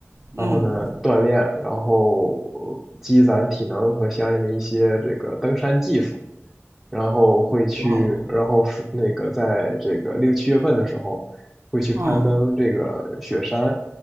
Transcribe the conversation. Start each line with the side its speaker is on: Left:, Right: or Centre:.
Right: 嗯，
Centre: 然后呢，锻炼，然后呃积攒体能和相应的一些这个登山技术。然后会去，
Right: 哇哦，
Centre: 然后是那个在这个六七月份的时候会去攀登这个雪山
Right: 嗯，